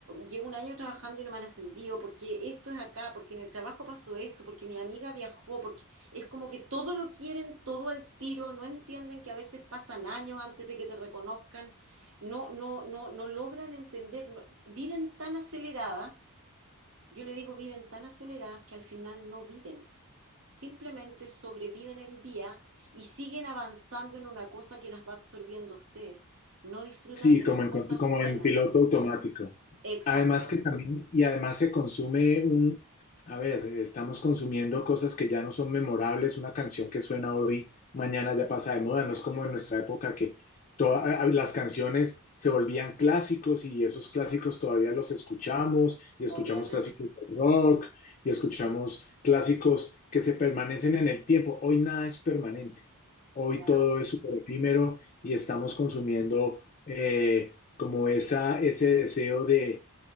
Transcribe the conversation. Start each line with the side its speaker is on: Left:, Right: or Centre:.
Right: llevo un año trabajando y no me han ascendido, porque esto es acá, porque en el trabajo pasó esto, porque mi amiga viajó, porque es como que todo lo quieren, todo al tiro, no entienden que a veces pasan años antes de que te reconozcan, no, no, no, no logran entender, no- viven tan aceleradas yo le digo, viven tan aceleradas que al final no viven. Simplemente sobreviven el día y siguen avanzando en una cosa que las va absorbiendo a ustedes. No disfrutan
Left: Sí,
Right: de
Left: como
Right: las cosas
Left: en, como
Right: buenas.
Left: en piloto automático.
Right: Exacto,
Left: Además que también, y además se consume un, a ver, estamos consumiendo cosas que ya no son memorables, una canción que suena hoy, mañana ya pasa de moda, no es como en nuestra época que todas las canciones se volvían clásicos y esos clásicos todavía los escuchamos y
Right: obviamente.
Left: escuchamos clásicos de rock y escuchamos clásicos que se permanecen en el tiempo. Hoy nada es permanente, hoy
Right: Nada.
Left: todo es súper efímero y estamos consumiendo eh, como esa, ese deseo de